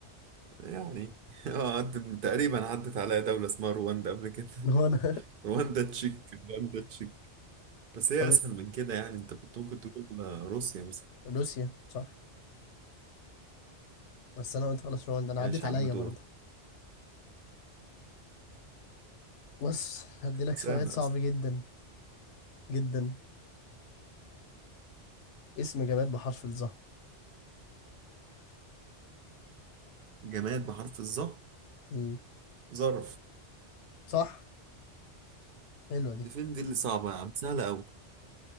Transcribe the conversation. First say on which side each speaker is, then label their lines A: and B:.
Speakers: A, on the right (about 60°); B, on the left (about 85°).
A: يعني <laughs> اه عدت تقريبا عدت عليا دولة اسمها رواندا قبل كده
B: <laughs> هو
A: <laughs>
B: انا
A: رواندا تشيك رواندا تشيك بس هي
B: طب
A: أسهل
B: إت-
A: من كده يعني أنت كنت ممكن تقول روسيا مثلا
B: روسيا صح بس انا قلت خلاص رواندا انا
A: ماشي
B: عديت عليا
A: يا عم دورك
B: برضه بص هديلك
A: سهلة
B: سؤال صعب
A: أصلا
B: جدا جدا اسم جماد بحرف الظهر
A: جماد بحرف الظهر
B: مم.
A: ظرف
B: صح حلوه دي
A: ديفين دي اللي صعبة يا عم سهلة أوي